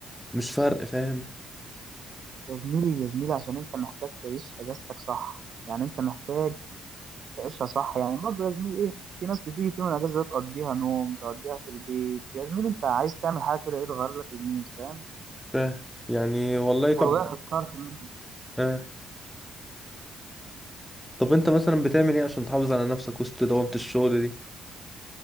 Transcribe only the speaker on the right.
يا زميلي يا زميلي عشان أنت محتاج تعيش أجازتك صح يعني أنت محتاج تعيشها صح يعني برضه يا زميلي إيه في ناس بتيجي في يوم الأجازة ده تقضيها نوم تقضيها في البيت يا زميلي أنت عايز تعمل حاجة كده إيه تغير لك المود فاهم
ورجعت اتكرت منهم